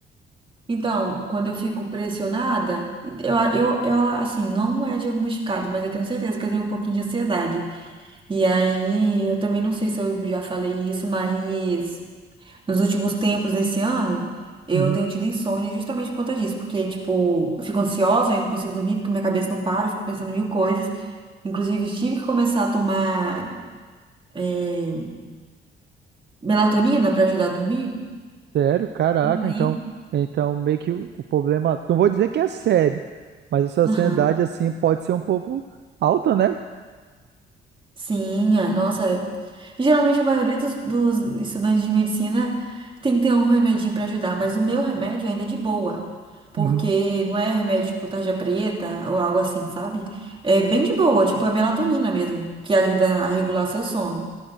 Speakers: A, on the right (about 25°); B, on the right (about 60°).
A: Então, quando eu fico pressionada, eu, eu, eu assim, não é diagnosticado, mas eu tenho certeza que eu tenho um pouquinho de ansiedade. E aí, eu também não sei se eu já falei isso, mas nos últimos tempos desse ano, eu
B: Uhum.
A: tenho tido insônia justamente por conta disso, porque, tipo, eu fico ansiosa, eu não consigo dormir porque minha cabeça não para, eu fico pensando em mil coisas. Inclusive, tive que começar a tomar, eh, melatonina para ajudar a dormir.
B: Sério? Caraca,
A: E
B: então,
A: aí,
B: então meio que o, o problema, não vou dizer que é sério, mas a sociedade
A: Aham.
B: assim pode ser um pouco alta, né?
A: Sim, é, nossa. é. Geralmente a maioria dos, dos estudantes de medicina tem que ter um remedinho para ajudar, mas o meu remédio ainda é de boa, porque
B: Uhum.
A: não é remédio tipo tarja preta ou algo assim, sabe? É bem de boa, tipo é melatonina mesmo, que ajuda a regular seu sono.